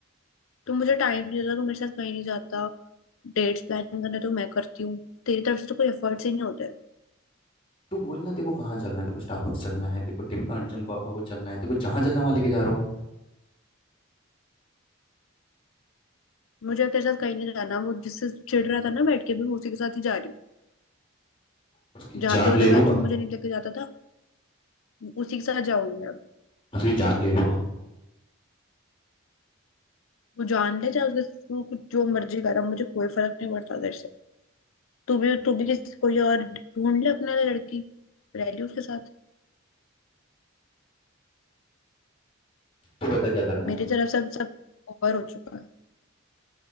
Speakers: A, on the left; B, on the left.
A: तू मुझे टाइम नहीं देता तू मेरे साथ कहीं नहीं जाता डेट्स प्लान करना तो मैं करती हूँ तेरी तरफ से तो कोई एफर्ट्स ही नहीं होते
B: तू बोलना तेरे को कहाँ चलना है तेरे को स्टारबक्स चलना है तेरे को टिम अ, जिम को वो चलना है तेरे को जहाँ चलना है वहाँ लेके जा रहा हूँ
A: मुझे तेरे साथ कहीं नहीं जाना वो जिससे तू चिढ़ रहा था ना बैठ के भी उसी के साथ ही जा रही हूँ
B: उसकी
A: जहाँ
B: जान
A: जो
B: ले
A: जगह
B: लूंगा
A: तू मुझे नहीं लेके जाता था उसी के साथ जाऊंगी अब
B: उसकी जान ले लूंगा
A: वो जान ले चाहे उसके तू कुछ जो मर्जी करा मुझे कोई फर्क नहीं पड़ता तेरे से तू भी तू भी किसी कोई और ढूंढ ले अपने लिए लड़की रह ली उसके साथ
B: तू बता क्या करना
A: मेरी
B: है
A: तरफ से अब सब ओवर हो चुका है